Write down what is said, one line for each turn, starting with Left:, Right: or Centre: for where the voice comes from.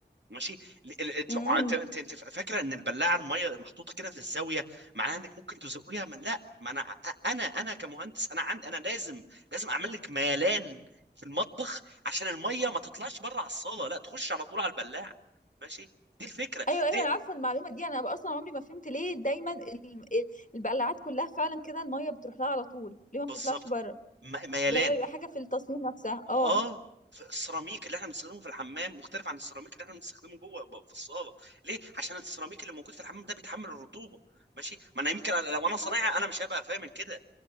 Right: ماشي ال- ال- انت
Left: امم
Right: انت انت انت فاكره ان البلاعه الميه محطوطه كده في الزاويه معناها انك ممكن تزقيها من لا ما انا انا انا كمهندس انا عندي انا لازم لازم اعمل لك ميلان في المطبخ عشان الميه ما تطلعش بره على الصاله لا تخش على طول على البلاعه ماشي دي الفكره
Left: ايوه ايوه
Right: ليه
Left: انا عارفه المعلومه دي انا اصلا عمري ما فهمت ليه دايما ال- ال- البقلاعات كلها فعلا كده الميه بتروح لها على طول ليه ما بتطلعش
Right: بالظبط
Left: بره
Right: م- ميلان
Left: ده بيبقى حاجه في التصميم نفسها
Right: اه
Left: اه
Right: ف- السيراميك اللي احنا بنستخدمه في الحمام مختلف عن السيراميك اللي احنا بنستخدمه جوه ب- في الصاله ليه عشان السيراميك اللي موجود في الحمام ده بيتحمل الرطوبه ماشي ما انا يمكن لو انا صنايعي
Left: اه
Right: انا مش هبقى فاهم كده